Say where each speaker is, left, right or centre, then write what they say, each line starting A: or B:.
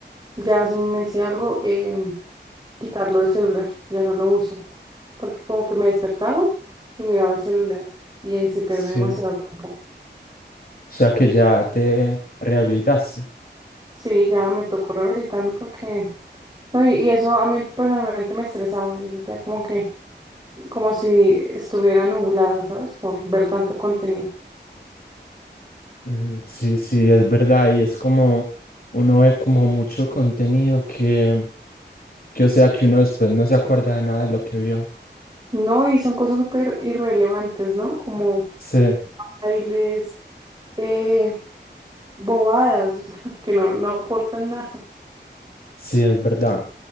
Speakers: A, on the right (about 25°); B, on the left (about 55°).
A: ya hace un mes y algo eh, quitarlo del celular. Ya no lo uso porque como que me despertaba y miraba el celular y ahí se pierde
B: Sí,
A: demasiado
B: o
A: tiempo.
B: sea que ya te rehabilitaste.
A: Sí, ya me tocó rehabilitarme porque... No, y, y eso a mí personalmente me estresaba. Yo sentía como que, como si estuviera nublada, ¿sabes? Por ver tanto contenido.
B: Mm, Sí, sí, es verdad. Y es como, uno ve como mucho contenido que, que, o sea, que uno después no se acuerda de nada de lo que vio.
A: No, y son cosas súper irrelevantes, ¿no? Como
B: Sí.
A: bailes. eh, bobadas, o sea, <laughs> que no, no aportan nada.
B: Sí, es verdad.